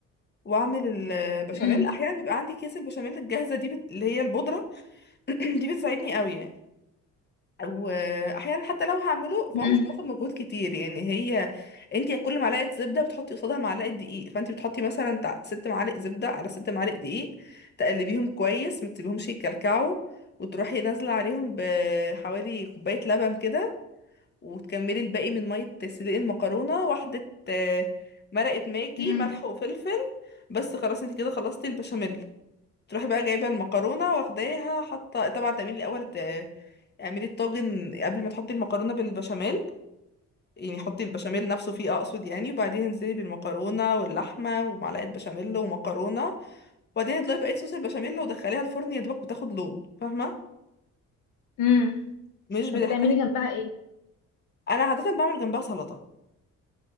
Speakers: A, on the left; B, on the left.
A: واعمل البشاميل
B: امم
A: احيانا بيبقى عندي كيس البشاميل الجاهزه دي بت... اللي هي البودره <clears throat> دي بتساعدني قوي يعني واحيانا حتى لو هعمله
B: مم.
A: فهو مش بياخد مجهود كتير يعني هي انت كل معلقه زبده بتحطي قصادها معلقه دقيق فانت بتحطي مثلا تع- ست معالق زبده على ست معالق دقيق تقلبيهم كويس ما تسيبيهمش يتكلكعوا وتروحي نازله عليهم بحوالي كوبايه لبن كده وتكملي الباقي من ميه تسليق المكرونه واحده آه، مرقه ماجي
B: مم.
A: ملح وفلفل بس خلاص انت كده خلصتي البشاميل تروحي بقى جايبه المكرونه واخداها حاطه طبعا تعملي الاول ت- اعملي الطاجن قبل ما تحطي المكرونه بالبشاميل يعني حطي البشاميل نفسه فيه اقصد يعني وبعدين انزلي بالمكرونه واللحمه ومعلقه بشاميل ومكرونه وبعدين اضيفي بقيه صوص البشاميل ودخليها الفرن يا دوبك بتاخد لون فاهمه
B: مم.
A: مش بتحتاج
B: طب بتعملي جنبها ايه؟
A: انا عاده بعمل جنبها سلطه